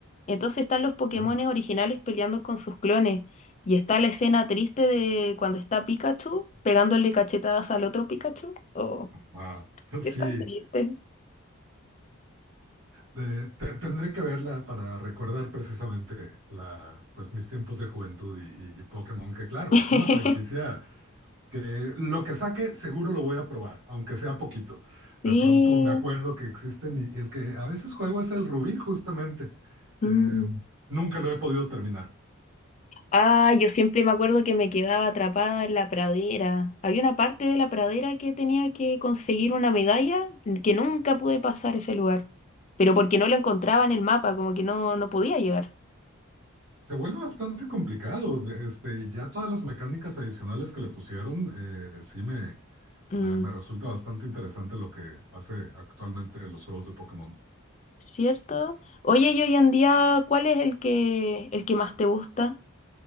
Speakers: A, on the left; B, on the right.
A: Entonces están los Pokémones
B: Ah.
A: originales peleando con sus clones. Y está la escena triste de cuando está Pikachu pegándole cachetadas al otro Pikachu. Oh,
B: Ah, <laughs>
A: qué
B: sí,
A: tan triste.
B: de- te- tendré que verla para recordar precisamente la, pues, mis tiempos de juventud y, y- y Pokémon, que claro,
A: <laughs>
B: es una franquicia que lo que saque seguro lo voy a probar, aunque sea poquito. De
A: Sí.
B: pronto me acuerdo que existen y, y el que a veces juego es el Rubí, justamente. Eh,
A: mm.
B: nunca lo he podido terminar.
A: Ah, yo siempre me acuerdo que me quedaba atrapada en la pradera. Había una parte de la pradera que tenía que conseguir una medalla que nunca pude pasar ese lugar, pero porque no lo encontraba en el mapa, como que no, no podía llegar.
B: Se vuelve bastante complicado. de- Este, ya todas las mecánicas adicionales que le pusieron, eh, sí me,
A: Mm,
B: me, me resulta bastante interesante lo que hace actualmente los juegos de Pokémon.
A: ¿cierto? Oye, y hoy en día, ¿cuál es el que, el que más te gusta?